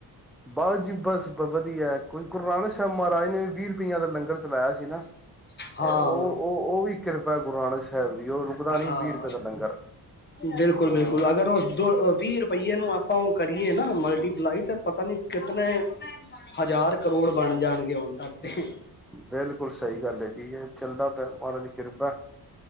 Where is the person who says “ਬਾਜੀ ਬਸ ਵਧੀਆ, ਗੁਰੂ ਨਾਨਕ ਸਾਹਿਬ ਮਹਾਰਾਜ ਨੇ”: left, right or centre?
Centre